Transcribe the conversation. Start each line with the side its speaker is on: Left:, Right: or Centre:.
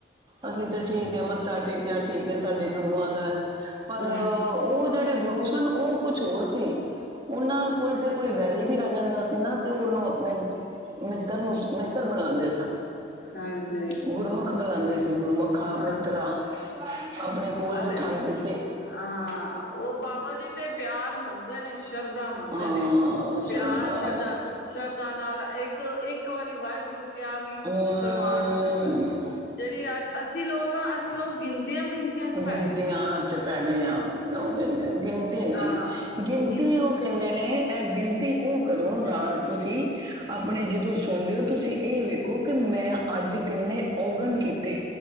Right: ਅਸੀ ਤੇ ਠੀਕ ਹੈ ਮੱਥਾ ਟੇਕਿਆ ਠੀਕ ਹੈ ਸਾਡੇ ਗੁਰੂਆਂ ਦਾ ਪਰ
Left: ਹੂੰ।
Right: ਓ ਜੇੜੇ ਗੁਰੂ ਸਨ ਉਹ ਕੁਛ ਹੋਰ ਸੀ ਉਹਨਾਂ ਕੋਲ ਤੇ ਕੋਈ ਵੈਰੀ ਵੀ ਆ ਜਾਂਦਾ ਸੀ ਨਾ ਤੇ ਉਹਨੂੰ ਆਪਣੇ ਮਿੱਤਰ ਨੂੰ ਮਿੱਤਰ ਬਣਾਂਦੇ ਸਨ।
Left: ਹਾਂਜੀ
Right: ਗੁਰਮੁਖ ਬੁਲਾਂਦੇ ਸੀ ਗੁਰਮੁਖਾਂ
Left: ਹਾਂ
Right: ਮਿੱਤਰਾਂ ਆਪਣੇ ਕੋਲ
Left: ਅਰੇ
Right: ਬਿਠਾਂਦੇ ਸੀ।
Left: ਹਾਂ ਉਹ ਬਾਬਾ ਜੀ ਤੇ ਪਿਆਰ ਮੰਗਦੇ ਨੇ ਸ਼ਰਧਾ ਮੰਗਦੇ
Right: ਹਾਂ
Left: ਨੇ ਪਿਆਰ
Right: ਸ਼ਰਦਾ
Left: ਸ਼ਰਧਾ ਸ਼ਰਧਾ ਨਾਲ ਇੱਕ-ਇੱਕ ਵਾਰੀ ਵਾਹਿਗੁਰੂ ਕਿਆ ਵੀ
Right: ਅਮ
Left: ਪ੍ਰਵਾਨ ਹੋ ਜਾਂਦਾ। ਜੇੜੀ ਅ ਅਸੀਂ ਲੋਕ ਹਾਂ ਅਸੀਂ ਲੋਕ ਗਿਣਤੀਆਂ ਮਿਣਤੀਆਂ 'ਚ ਪੈ
Right: ਗਿਣਤੀਆਂ
Left: ਗਏ ਦੇ ਆਂ
Right: ਪੈ ਗਏ ਆਂ ਓ ਕੈਂਦੇ ਗਿਣਤੀ ਨਈ
Left: ਹਾਂ
Right: ਗਿਣਤੀ
Left: ਗਿਣ
Right: ਓ ਕੈਂਦੇ ਨੇ ਇਹ ਗਿਣ ਤੀ ਓ ਕਰੋ ਰਾ ਤੁਸੀਂ ਆਪਣੇ ਜਦੋਂ ਸੋਂਦੇ ਹੋ ਤੁਸੀਂ ਇਹ ਵੇਖੋ ਕਿ ਮੈਂ ਅੱਜ ਕਿੰਨੇ ਔਗਣ ਕੀਤੇ